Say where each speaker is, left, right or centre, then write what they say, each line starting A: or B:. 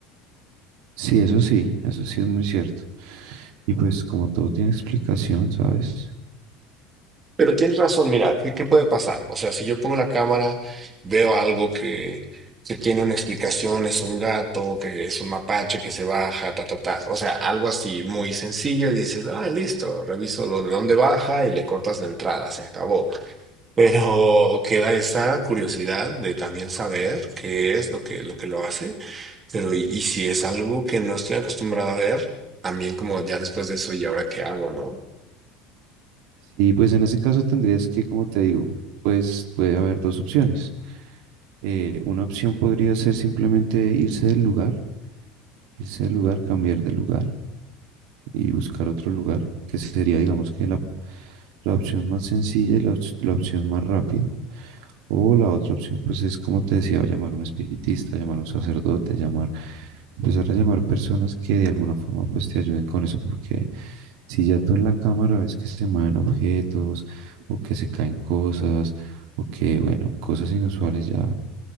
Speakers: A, on the right; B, on the right.
A: Sí, eso sí, eso sí es muy cierto. Y pues como todo tiene explicación, ¿sabes?
B: Pero tienes razón, mira, ¿qué, qué puede pasar? O sea, si yo pongo la cámara, veo algo que, que tiene una explicación, es un gato, que es un mapache que se baja, ta, ta, ta. O sea, algo así muy sencillo y dices, ah, listo, reviso de dónde baja y le cortas la entrada, se acabó. Pero queda esa curiosidad de también saber qué es lo que, lo que lo hace, pero y, y si es algo que no estoy acostumbrado a ver, también como ya después de eso, ¿y ahora qué hago, no?
A: Y pues en ese caso tendrías que, como te digo, pues puede haber dos opciones. Eh, una opción podría ser simplemente irse del lugar, irse del lugar, cambiar de lugar y buscar otro lugar, que sería, digamos, que la, la opción más sencilla y la, ops- la opción más rápida. O la otra opción, pues es como te decía, llamar a un espiritista, llamar a un sacerdote, llamar, empezar a llamar personas que de alguna forma pues te ayuden con eso, porque Si ya tú en la cámara ves que se mueven objetos o que se caen cosas o que, bueno, cosas inusuales ya,